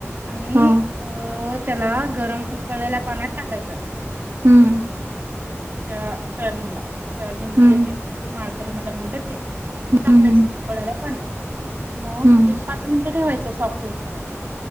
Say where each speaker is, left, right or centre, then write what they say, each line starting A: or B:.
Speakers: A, on the right; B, on the right.
A: आणि
B: हा
A: अ त्याला.. गरम उकळलेला पाण्यात टाकायचं.
B: हम्म.
A: त्या सोयाबीनला-सोयाबीनचे
B: हम्म
A: ते माळकरी मटण म्हणतात ते.. ते
B: हम्म
A: टाकायच
B: हम्म
A: कळाला पाण.. मग
B: हम्म
A: एक पाच मिनिटं ठेवायचं सॉफ्ट ऊस पर्यंत